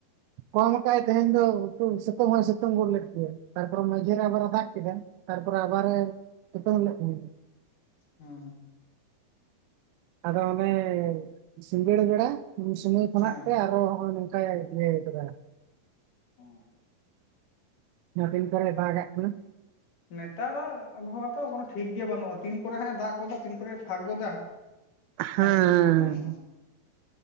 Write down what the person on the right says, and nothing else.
ᱠᱚᱢ ᱠᱟᱜᱟᱭ ᱛᱮᱦᱮᱧ ᱫᱚ ᱩᱛᱩ ᱥᱮᱛᱳᱝ ᱦᱚᱸᱭ ᱥᱮᱛᱳᱝ ᱜᱩᱫ ᱞᱮᱫ ᱠᱮᱭᱟ ᱛᱟᱨᱯᱚᱨᱮ ᱢᱟᱡᱷᱮᱨᱮ ᱟᱵᱟᱨ ᱨᱮ ᱫᱟᱜ ᱠᱮᱫᱟ᱾ ᱛᱟᱨᱯᱚᱨᱮ ᱟᱵᱟᱨ ᱮ ᱥᱮᱛᱳᱝ ᱞᱮᱫ ᱜᱮᱭᱟ᱾
ᱟᱫᱚ ᱚᱱᱮ ᱥᱤᱸᱜᱟᱹᱲ ᱵᱮᱲᱟ ᱩᱱ ᱥᱚᱢᱚᱭ ᱠᱷᱚᱱᱟᱜ
ᱛᱮ ᱟᱨᱚ ᱦᱚᱸᱜ-ᱚᱭ ᱱᱚᱝᱼᱼ ᱟᱭᱟ ᱮ ᱤᱭᱟᱹ ᱟᱠᱟᱫᱟ᱾
ᱟᱹᱰᱤ ᱫᱤᱱ ᱯᱚᱨᱮ ᱫᱟᱜ ᱟᱫ ᱵᱚᱱᱟ᱾
ᱦᱮᱸ